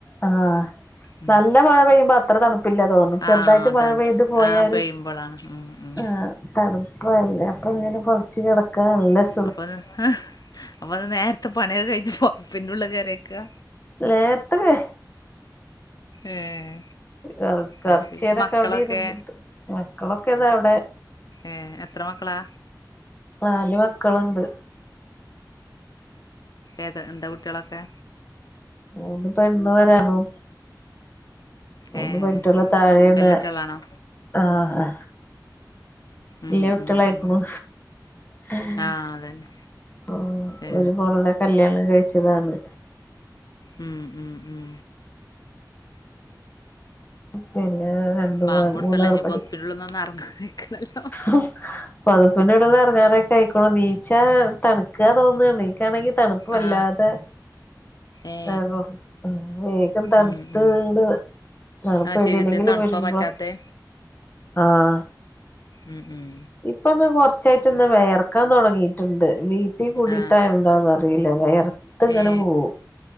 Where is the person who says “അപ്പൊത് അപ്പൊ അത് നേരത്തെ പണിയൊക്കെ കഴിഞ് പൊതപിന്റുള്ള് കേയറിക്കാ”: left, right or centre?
Left